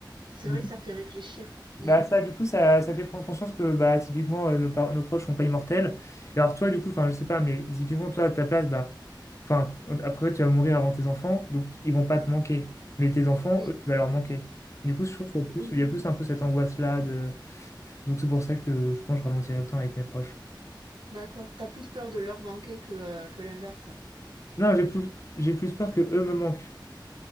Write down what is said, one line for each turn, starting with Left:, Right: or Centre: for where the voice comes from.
Right: C'est
Left: Du
Right: vrai
Left: coup-
Right: que ça fait réfléchir. Mm.
Left: Bah ça, du coup, ça, ça fait prendre conscience que bah, typiquement, euh, nos, par- nos proches sont pas immortels. Et alors toi, du coup, enfin, je sais pas, mais typiquement, toi, à ta place, bah, enfin, après, tu vas mourir avant tes enfants, donc ils vont pas te manquer. Mais tes enfants,
Right: Oui,
Left: eux, tu vas leur manquer. Du coup, je trouve qu'il y a
Right: oui,
Left: plus, il y a plus un peu cette angoisse-là Donc c'est pour ça que je pense que je ralentirai le temps avec mes proches.
Right: d'accord. T'as plus peur de leur manquer que, euh, que l'inverse.
Left: Non, j'ai plus, j'ai plus peur que eux me manquent.